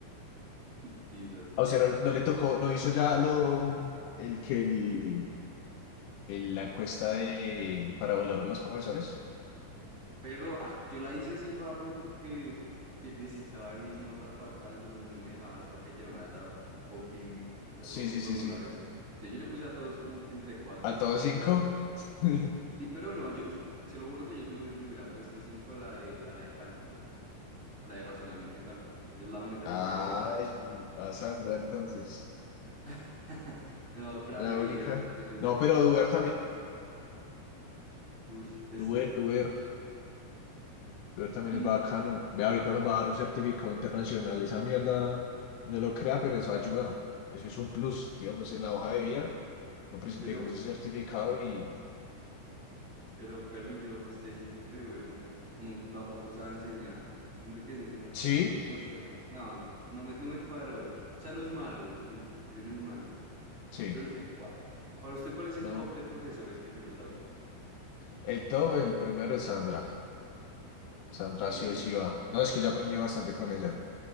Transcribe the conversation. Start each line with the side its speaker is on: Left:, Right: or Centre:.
Right: <laughs> Sisas,
Left: o
Right: ¿qué?
Left: sea no, no le tocó, no hizo ya lo, el que, el, el- la encuesta de, para valorar a los profesores.
Right: Pero ah, yo la hice así rápido porque que necesitaba ver mis notas para cálculo y no me dejaba hasta que llenara esa fucking, ese
Left: Sí,
Right: fucking
Left: sí,
Right: formulario.
Left: sí, sí.
Right: Entonces yo le puse a todos como que entre 4
Left: ¿A
Right: y cinco
Left: todos cinco?
Right: pero...
Left: <laughs>
Right: Sí, pero no, yo se lo juro que yo solo hubiera- le hubiera puesto 5 a la de, a la de cálculo, a la de razonamiento y cálculo. Ella es la única
Left: Ay,
Right: que se lo merece.
Left: a Sandra entonces.
Right: <laughs> No, pero
Left: La
Right: a lo bien
Left: única.
Right: esa profesora.
Left: No, pero Duer también.
Right: Uy, pues...
Left: Duer, Duer. Duer también
Right: mm,
Left: es bacano. Ve, ahorita nos va a dar un certificado internacional. Esa mierda no lo crea, pero eso ayuda. Eso es un plus. Digamos, en la hoja de vida nos
Right: sí,
Left: presentamos
Right: pero
Left: ese certificado y.
Right: Pero Perrillo, no sé, siento que Duer no, no, tampoco sabe enseñar. Siento que ese no,
Left: Sí,
Right: no sé, no, no, no, no me, no me cuadra, Duer. O sea, no es malo, el, el Piro no es malo,
Left: sí,
Right: pero no me cuadra. Para usted, ¿cuál es el
Left: no.
Right: top de profesores que tenemos ahorita?
Left: El todo, el primero es Sandra. Sandra
Right: Sí,
Left: sí o sí va. No, es que yo aprendí bastante con ella.